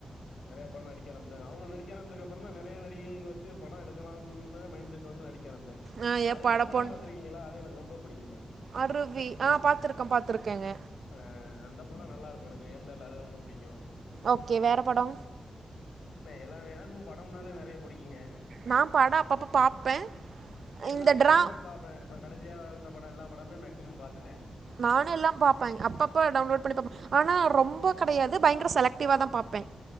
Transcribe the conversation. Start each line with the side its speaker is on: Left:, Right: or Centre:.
Left: நெறய பட நடிக்க ஆரம்பிச்சாங்க அவங்க நடிக்க நடிக்க ஆரம்பிச்சதுக்கப்றந்தா நெறய நடிகைகள் வச்சு பட எடுக்கலானு மைண்ட் செட் வந்து நடிக் <unintelligible>
Right: ஆ ஏ
Left: அருவி
Right: பட
Left: படம்
Right: பொன்
Left: பாத்திருக்கீங்களா அது எனக்கு ரொம்ப புடிக்குங்க
Right: அருவி
Left: உமன்
Right: ஆ
Left: சென்ட்
Right: பாத்துருக்கோ பாத்துருக்கேங்க
Left: ஆ அந்த பட நல்லாருக்கு எனக்கு ஏன் தெர்ல அது ரொம்ப புடிக்கு
Right: ஓகே வேற படோ
Left: எல்லார எனக்கு படம்னாலே நெறைய பிடிக்குங்க
Right: நா படோ அப்பப்ப பாப்பே
Left: எல்லா
Right: இந்த
Left: படமுமே
Right: ட்ரா
Left: பாப்பே இப்ப கடைசியா வந்த பட எல்லா படமே மேக்சிமம் பாத்துட்டே
Right: நானு எல்லாம் பாப்பே அப்பப்ப டவுன்லோட் பண்ணி பாபே ஆனா ரொம்ப கெடயாது பயங்கர செலக்ட் டிவா தா பாப்பே